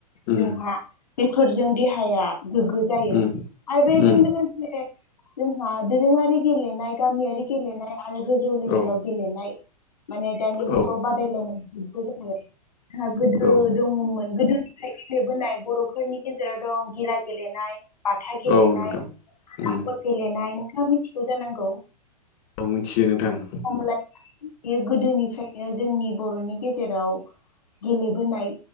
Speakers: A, on the left (about 45°); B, on the left (about 75°).
A: उम
B: जोंहा बेफोरजों देहाया गोग्गो जायो।
A: उम
B: आरो बेजों
A: उम
B: लोगोसे जोंहा दोरोङारि गेलेनाय गामियारि गेलेनाय आरो गोजौ लेभेलाव
A: औ
B: गेलेनाय माने दानि
A: औ
B: जुगाव बादायलायनायबो जोंहा गोदो
A: औ
B: दङमोन। गोदोनिफ्राय गेलेबोनाय बर'फोरनि गेजेराव दं गिला गेलेनाय बाथा गेलेनाय
A: औ नोंथां उम
B: आबल गेलेनाय नोंथाङा मिथिगौ जानांगौ।
A: औ मिथियो नोंथां।
B: खमल बेयो गोदोनिफ्रायनो जोंनि बर'नि गेजेराव। गेलेबोनाय